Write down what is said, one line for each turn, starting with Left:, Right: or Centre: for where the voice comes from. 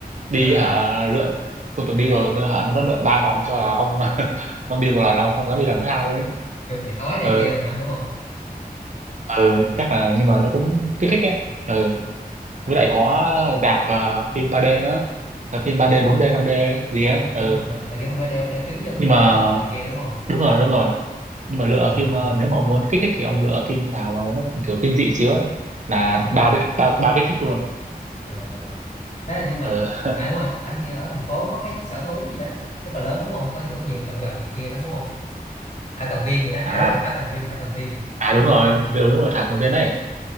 Left: à
Right: đi hả lượn. Tôi từng đi rồi, nó hả nó lượn ba vòng cho là ông <laughs> ông đi một lần là ông không dám đi lần thứ hai luôn ấy.
Left: kiểu bị ói này
Right: Ừ,
Left: kia luôn hả đúng không
Right: ừ, chắc là nhưng mà nó cũng kích thích ấy. Ừ,
Left: à
Right: với lại có rạp ờ, phim 3D nữa. Là phim
Left: gặp
Right: 3D,
Left: phim
Right: 4D,
Left: ba d
Right: 5D gì ấy.
Left: à, là
Right: Ừ,
Left: kiểu mà, mà là kiểu mình phải đeo đeo kính vô mình
Right: nhưng
Left: mới
Right: mà
Left: thấy được này kia đúng không
Right: đúng rồi đúng rồi nhưng mà lựa
Left: à
Right: phim ờ, nếu mà ông muốn kích thích thì ông lựa phim nào mà nó kiểu kinh dị xíu á là
Left: à
Right: bao bích- bao bao kích thích luôn
Left: à, à. à. thế là nhưng mà
Right: ờ <laughs>
Left: à đúng rồi ở nghe ở thành phố có cái sở thú gì đó rất là lớn đúng không có nhiều nhiều động vật này kia lắm đúng không thảo cầm viên gì đó à
Right: à
Left: đúng rồi thảo cầm viên thảo cầm viên
Right: à đúng rồi đúng, đúng rồi thả công viên đấy